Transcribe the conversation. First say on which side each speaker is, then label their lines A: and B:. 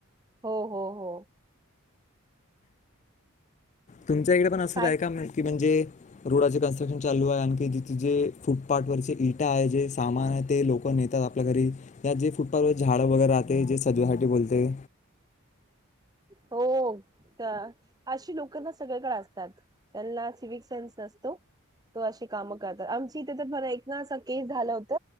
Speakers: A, on the right; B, on the left.
A: हो हो हो
B: तुमच्या इकडे पण असं
A: काय
B: राय का म्ह कि म्हणजे रोडाचे कन्स्ट्रक्शन चालू आहे आणखी जिथ जे फुटपाथ वरचे इटा आहे जे सामान आहे ते लोक नेतात आपल्या घरी या जे फुटपाथ व झाड वगैरे राहते जे सजवासाठी बोलते
A: हो तर अशी लोक ना सगळ्याकडे असतात त्यांना सिविक सेन्स नसतो तो अशी कामं करतात आमची इथे तर एक ना अस केस झाला होत